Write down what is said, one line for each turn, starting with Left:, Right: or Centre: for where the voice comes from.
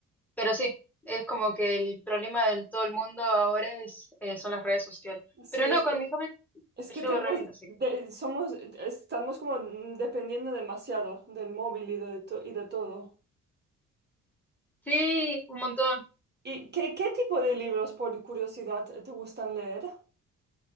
Centre: pero sí, es como que el problema del todo el mundo ahora es, eh, son las redes sociales.
Right: Sí,
Centre: Pero no,
Right: es
Centre: con
Right: que,
Centre: mi hobby
Right: es
Centre: me
Right: que
Centre: llevo
Right: tenemos,
Centre: re bien, así
Right: de-
Centre: que
Right: somos, estamos como dependiendo demasiado del móvil y de, to- y de todo.
Centre: sí, un montón.
Right: ¿Y qué, qué tipo de libros, por curiosidad, te gustan leer? O